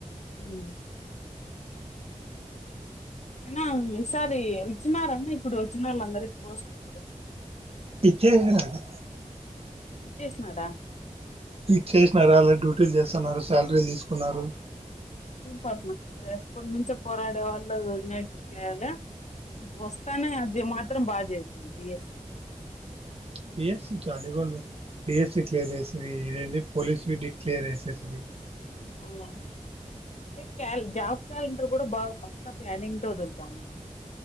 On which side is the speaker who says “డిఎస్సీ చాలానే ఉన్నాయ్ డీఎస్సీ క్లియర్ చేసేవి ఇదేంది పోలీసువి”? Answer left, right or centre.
Right